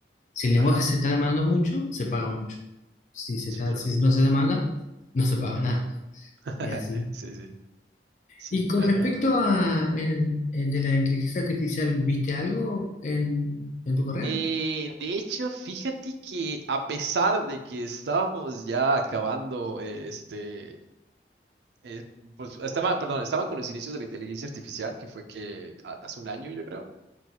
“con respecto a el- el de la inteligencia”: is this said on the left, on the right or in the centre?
Left